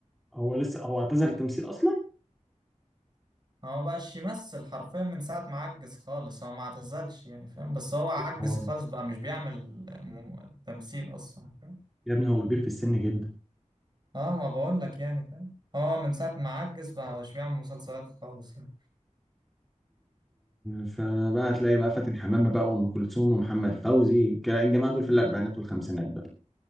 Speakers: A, in the centre; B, on the right.
A: هو لسه هو اعتزل التمثيل أصلا
B: هو ما بقاش يمثل حرفيا من ساعة ما عجز خالص هو ما اعتزلش يعني فاهم بس هو عجز
A: هو
B: خالص بقى مش بيعمل م- تمثيل أصلا فاهم
A: يا ابني هو كبير في السن جدا
B: اه ما بقول لك يعني فاهم هو من ساعة ما عجز بقى مش بيعمل مسلسلات خالص يعني
A: فبقى هتلاقي بقى فاتن حمامة بقى وأم كلثوم ومحمد فوزي الكلا- الجماعة دول في الأربعينات والخمسينات بقى